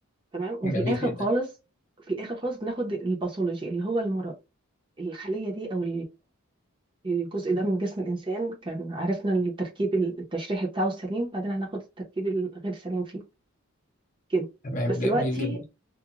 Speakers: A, on the right (about 20°); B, on the left (about 35°).
A: تمام وفي
B: جميل
A: الاخر
B: جدا
A: خالص في الاخر خالص بناخد الباثولوجي اللي هو المرض الخليه دي او جزء ده من جسم الإنسان كان عرفنا التركيب التشريحي بتاعه السليم بعدين هناخد التركيب الغير سليم فيه كده
B: تمام
A: بس
B: جميل
A: دلوقتي
B: جدا